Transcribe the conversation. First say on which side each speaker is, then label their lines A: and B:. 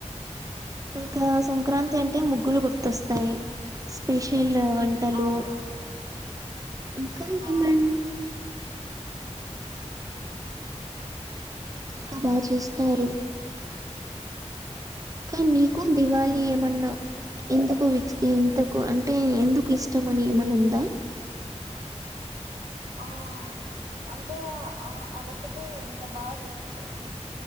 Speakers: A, on the right; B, on the right.
A: ఇంకా సంక్రాంతి అంటే ముగ్గులు గుర్తొస్తాయి స్పెషల్ వంటలు
B: అవును
A: ఇంకా
B: ఆ
A: ఏమన్ ఇంకా బాగా చేస్తారు ఇంకా నీకు దివాళి
B: మ్మ్
A: ఏమన్నా ఎంతకు వి ఇంతకు అంటే ఎందుకు ఇష్టం అని ఏమన్న ఉందా
B: ఆ అంటే ఆ అదొక్కటే ఎంత బాగా చేసుకుంటారు